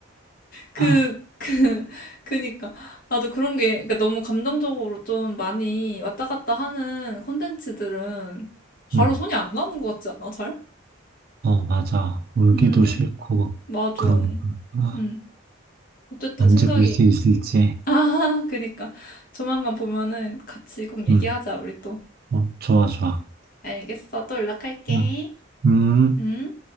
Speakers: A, on the left; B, on the right.
A: 그,
B: <laughs>
A: 그, <laughs> 그니까. 나도 그런 게, 그러니까 너무 감정적으로 좀 많이 왔다 갔다 하는 콘텐츠들은
B: 응,
A: 바로 손이 안 가는 것 같지 않아, 잘?
B: 어, 맞아. 울기도
A: 음,
B: 싫고,
A: 맞아.
B: 그러니까.
A: 음, 어쨌든
B: 언제
A: 생각이,
B: 볼 수 있을지.
A: <laughs> 아, 그니까. 조만간 보면은 같이 꼭 얘기하자,
B: 음,
A: 우리 또.
B: 어, 좋아, 좋아.
A: 알겠어. 또 연락할게.
B: 음, 음.
A: 음.